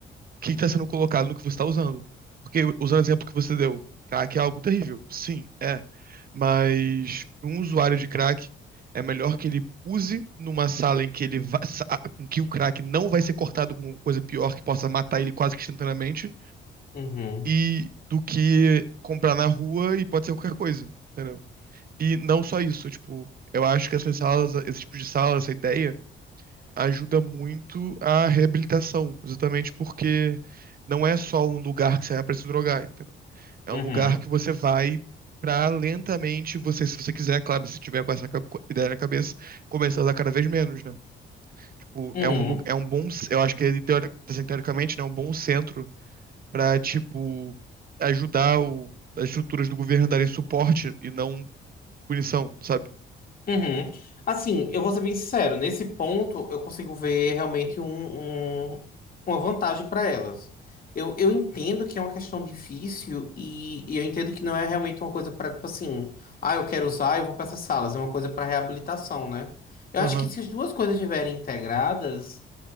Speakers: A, on the right; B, on the left.
A: o que está sendo colocado no que você está usando. Porque, usando o exemplo que você deu, crack é algo terrível. Sim, é. Mas para um usuário de crack, é melhor que ele use numa sala em que ele va- sa- em que o crack não vai ser cortado com coisa pior que possa matar ele quase que instantaneamente,
B: Uhum,
A: e do que comprar na rua e pode ser qualquer coisa, entendeu? E não só isso, tipo, eu acho que essas salas, esse tipo de sala, essa ideia, ajuda muito a reabilitação, exatamente porque não é só um lugar que você vai pra se drogar, entendeu? É
B: uhum,
A: um lugar que você vai pra lentamente você, se você quiser, claro, se tiver com essa ca- co- ideia na cabeça, começar a usar cada vez menos, né? Tipo,
B: uhum,
A: é um, lu- é um bom, c- eu acho que ele, teori- assim, teoricamente, né, é um bom centro pra, tipo, ajudar o- as estruturas do governo a darem suporte e não punição, sabe?
B: uhum. Assim, eu vou ser bem sincero, nesse ponto eu consigo ver realmente um, um- uma vantagem para elas. Eu, eu entendo que é uma questão difícil e, e eu entendo que não é realmente uma coisa para, tipo assim, ah, eu quero usar, eu vou para essas salas, é uma coisa para reabilitação, né? Eu
A: Aham.
B: acho que se as duas coisas estiverem integradas,